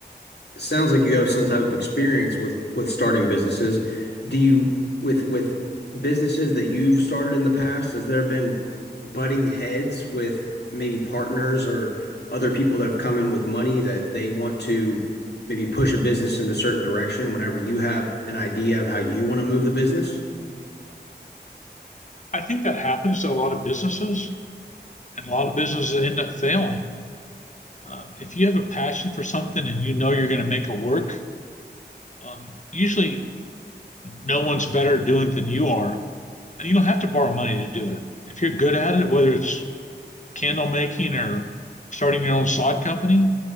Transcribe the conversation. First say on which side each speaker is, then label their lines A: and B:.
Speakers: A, on the left (about 70°); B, on the left (about 45°).
A: It sounds like you have some type of experience with with starting businesses. Do you with with businesses that you've started in the past, has there been butting heads with maybe partners or other people that have come in with money that they want to maybe push a business in a certain direction whenever you have an idea of how you want to move the business?
B: I think that happens to a lot of businesses, and a lot of businesses end up failing. Um, If you have a passion for something and you know you're going to make it work, um, usually no one's better at doing it than you are. And you don't have to borrow money to do it. If you're good at it, whether it's candle making or starting your own sod company,